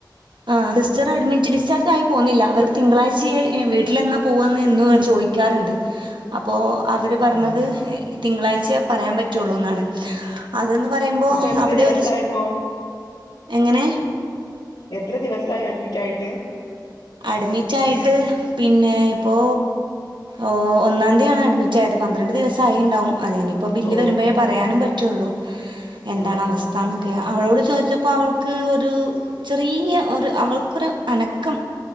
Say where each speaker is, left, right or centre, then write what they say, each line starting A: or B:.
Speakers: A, on the right; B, on the left.
A: ആ സിസ്റ്റർ അഡ്മിറ്റ് ഡിസ്ചാർജ് ആയി പോന്നില്ല അവർ തിങ്കളാഴ്ചയായി വീട്ടിലെന്നാ പോവാന്ന് എന്നും <unintelligible> ചോയിക്കാറ്ണ്ട് അപ്പോ അവര് പറഞ്ഞത്-
B: അതെ
A: തിങ്കളാഴ്ച പറയാൻ പ റ്റുളൂന്നാണ് അത് ന്ന് പറയുമ്പോ
B: അപ്പൊ എത്ര
A: അവിടെ
B: ദിവസായിപ്പോ
A: ഒരു എങ്ങനെ
B: എത്ര ദിവസായി അഡ്മിറ്റ് ആയിട്ട്
A: അഡ്മിറ്റ് ആയിട്ട് പിന്നെ ഇപ്പോ ഒ ഒന്നാം തീയാണ് അഡ്മിറ്റ് ആയത് പന്ത്രണ്ട് ദിവസം ആയി ഇണ്ടാവും അതിനിയിപ്പോ ബില്ല്
B: ഓ
A: വരുമ്പോഴേ പറയാനും പറ്റു ഉള്ളൂ എന്താണ്
B: ആ
A: അവസ്ഥാന്നൊക്കെ
B: ആ
A: അവളോട് ചോദി ഇത് ഇപ്പം അവൾക്ക് ഒരു ചെറിയ ഒരു അവൾക്കൊരു അനക്കം